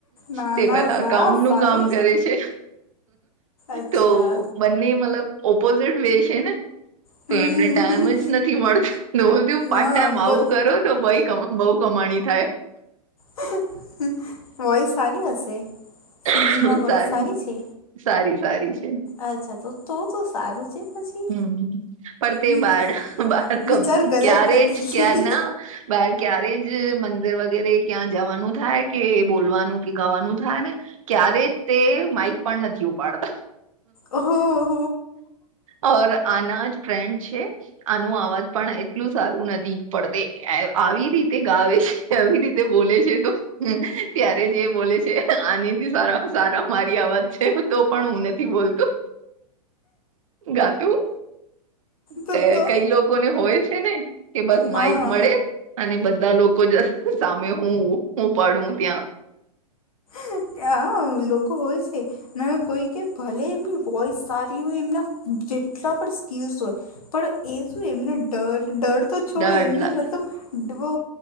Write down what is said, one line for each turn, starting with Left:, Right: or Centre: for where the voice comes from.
Left: ના
Right: તે
Left: ના
Right: પેલા
Left: સા
Right: અકાઉન્ટ નું
Left: સારું
Right: કામ કરે છે
Left: અચ્છા
Right: તો. બંને મતલબ ઓપોઝિટ વે છે ને.
Left: હમ
Right: તો એમને ટાઈમ જ નથી મળતો હુ
Left: ના
Right: પાર્ટ ટાઈમ આવું
Left: બ
Right: કરો તો ભાઈ કમાવો બહુ કમાણી થાય
Left: <unintelligible> વોઇસ સારી હશે
Right: <unintelligible>
Left: સિંગિંગમાં વોઇસ
Right: સારી
Left: છે
Right: સારી સારી છે
Left: અચ્છા તો તો તો સારું છે પછી
Right: હમ પણ તે
Left: હમ,
Right: બાર બાર
Left: વિચાર
Right: ક
Left: ગલત
Right: ક્યારે
Left: નથી
Right: જ ક્યાં ના બાર ક્યારે જ મંદિર વગેરે ક્યાં જવાનું થાય કે બોલવાનું ગાવાનું થાય ને ક્યારે તે માઈક પણ નથી ઉપાડતા
Left: ઓહા
Right: ઓર આનાજ ફ્રેન્ડ છે આનું અવાજ પણ એટલું સારું નથી પણ તે એ આવ આવી રીતે ગાવે છે કેવી રીતે બોલે છે તો હ ત્યારેજે બોલે છે આનીથી સારા સારા મારી આવાજ છે તો પણ હું નથી બોલતું ગાતું
Left: તો
Right: કે
Left: તો
Right: કઈ લોકોને હોય છે ને કે બસ
Left: હા
Right: માઈક મળે અને બધા લોકો જ સામે હું હું ઉપાડું ત્યાં
Left: હ લોકો હોય છે ના કોઈ કે ભલે એમની વોઈસ સારી હોય એમના જેટલા પણ સ્કીલ્સ હોય પણ એ શું એમને ડર ડર તો છોડો
Right: ડર
Left: એમને
Right: લાગે
Left: મતલબ બહુ